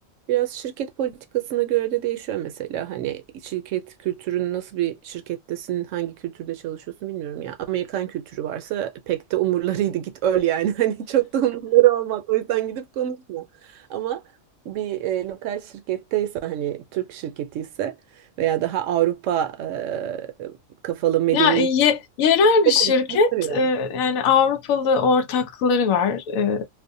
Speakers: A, on the right; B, on the left.
A: Biraz şirket politikasına göre de değişiyor mesela. Hani şirket kültürün nasıl bir şirkettesin, hangi kültürde çalışıyorsun bilmiyorum ya. Amerikan kültürü varsa pek de umurlarıydı git öl yani. <laughs> Hani çok da umurları olmaz. O yüzden gidip konuşma. Ama bir e, lokal şirketteyse hani Türk şirketi ise veya daha Avrupa e, kafalı medeni
B: Ya e, ye- yerel bir
A: de
B: şirket
A: konuşulabilir yani.
B: e, yani Avrupalı ortakları var. E,